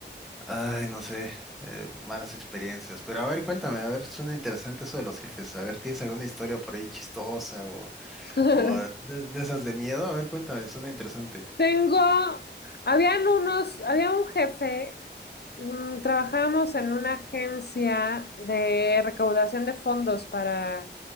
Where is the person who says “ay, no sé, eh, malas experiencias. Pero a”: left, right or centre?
Centre